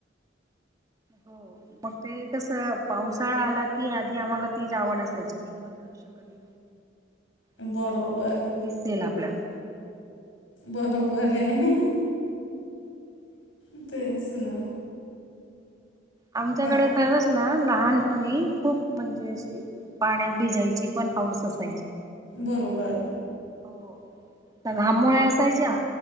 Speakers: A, on the right (about 20°); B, on the left (about 90°).
A: हो मग ते कसं पावसाळा आला की आधी आम्हाला तीच आवड असायची. कधी दिसा
B: बरोबर
A: <unintelligible> दिसेल आपल्याला
B: बरोबर आहे. <inaudible> तेच ना
A: आमच्याकडे
B: बाक
A: खरच ना लहानपणी खूप म्हणजे अशी पाण्यात भिजायची पण हाऊस असायची.
B: बरोबर
A: हो घामोळ्या असायच्या